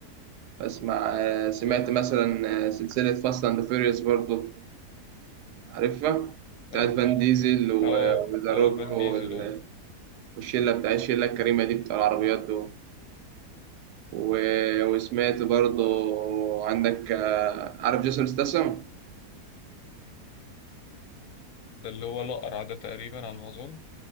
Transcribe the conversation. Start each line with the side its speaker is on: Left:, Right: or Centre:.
Right: بسمع آه، سمعت
Left: طيب
Right: مثلا آه، سلسلة فاست أند فيريوس برضو عارفها بتاعت
Left: حلو
Right: فان ديزل و-
Left: اه
Right: وذا
Left: اه
Right: روك
Left: فان
Right: وال-
Left: ديزل اه
Right: والشلة بتاع الشلة الكريمة دي بتاع العربيات دول و- وسمعت برضو عندك آه، عارف جيسون ستاثام
Left: ده اللي هو الأقرع ده تقريبا على ما أظن